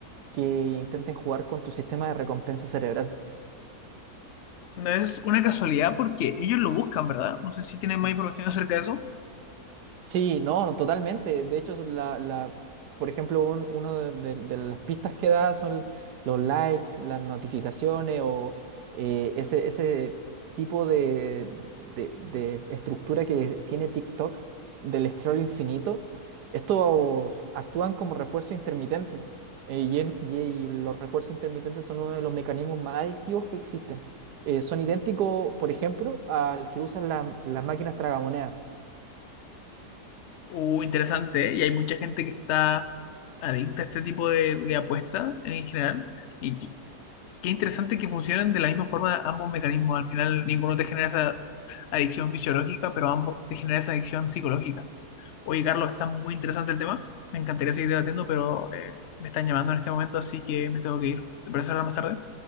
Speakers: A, on the right; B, on the left.
A: que intenten jugar con tu sistema de recompensa cerebral.
B: No es una casualidad porque ellos lo buscan, ¿verdad? No sé si tienen más información acerca de eso.
A: Sí, no, totalmente. De hecho, son la, la, por ejemplo, un- uno de, de- de las pistas que da son los likes, las notificaciones o eh, ese, ese tipo de, de- de estructura que tiene TikTok del scroll infinito. Estos actúan como refuerzo intermitente eh, y, en- y- y los refuerzos intermitentes son uno de los mecanismos más adictivos que existen. Eh, son idénticos, por ejemplo, al que usan la- las máquinas tragamonedas
B: Uh, interesante, ¿eh? Y hay mucha gente que está adicta a este tipo de, de apuestas en general. Y qué, qué interesante que funcionen de la misma forma ambos mecanismos. Al final, ninguno te genera esa adicción fisiológica, pero ambos te generan esa adicción psicológica. Oye, Carlos, está muy interesante el tema. Me encantaría seguir debatiendo, pero eh, me están llamando en este momento, así que me tengo que ir. ¿Te parece hablar más tarde?